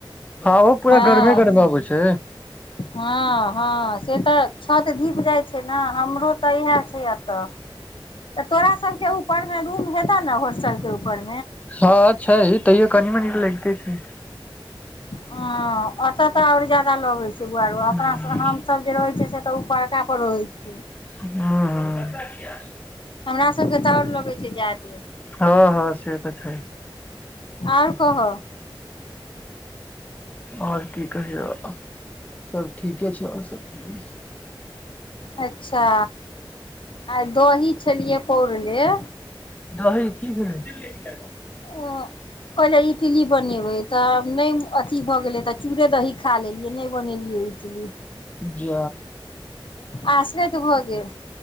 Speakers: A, on the left; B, on the left.
A: हँ ओ पूरा
B: हँ
A: गर्मे गरमे अबै छै
B: हँ हँ से तऽ छत दीप जाइ छै ने हमरो तऽ इएह छै एतऽ तऽ तोरा सबके ऊपर मे रूम हेत ने होॉस्टल के ऊपर
A: हँ छै तैयो कनि मनी लगिते छै
B: ह ओतऽ तऽ आओर जदा लोग छै छुआरू अपना
A: हूँ
B: हमसभब जे रहै छियै से तऽ पड़कााप होइ छै
A: हँ हँ
B: हमरा सभके द आर लगैत छै जा्यदे
A: हँ हँ से तऽ छै
B: आओर कह
A: आओर की कहिौ सभ ठीके छै आओर सभ
B: अच्छा आइ दही छलियै पौरण जे
A: दही की भेलीड़
B: ओ पहिले इडली बनेबै तऽ नहि अथी भऽ गेलै तऽ चूड़े दही खा लेलियै बनेलियै इटली
A: जी
B: आसब त हो गेल